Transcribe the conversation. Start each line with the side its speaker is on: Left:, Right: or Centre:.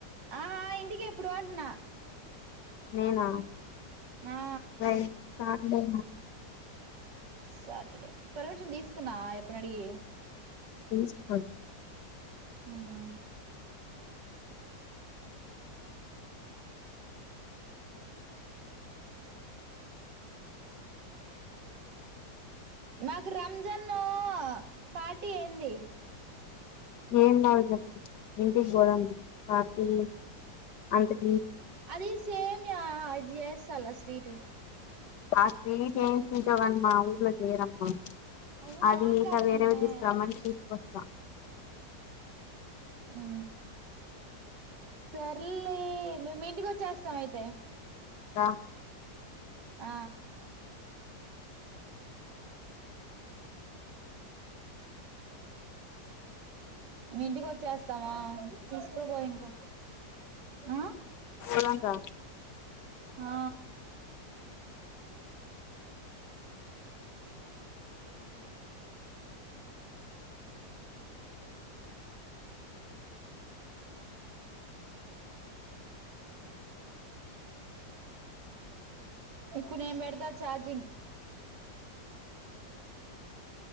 Right: ఆహా ఇంటికి ఎప్పుడు అంటున్నా
Left: నేనా
Right: ఆ
Left: న శాటర్డే
Right: సాటర్డే పరిమిషన్ తీసు నా ఆ అప్పని అడిగి
Left: ప్రిన్సిపాల్
Right: ఉమ్ మాకు రంజాన్ పార్టీ ఏంది
Left: ఏం కావాలి చెప్పు ఇంటికి పోదం పార్టీ అంతక
Right: అది సేమ్యా ఇది చేస్తాళ్ళ స్వీట్
Left: రాత్రీ తన్స అమా ఊర్లో చేయరమ్మా
Right: అవి
Left: అది
Right: మాట్లాడుతున్నామే
Left: మిగతా వేరేవి తీసుకురమని తీసుకొస్త ఆ
Right: హు సర్లే మేము ఇంటికి వచ్చేస్తాం అయితే
Left: దా
Right: ఆ మీ ఇంటికి వచ్చేస్తామా తీస్కాపో ఇంగా హ
Left: ఊరంతా
Right: ఆ అ ఇప్పుడు నేను పెడతా చార్జింగ్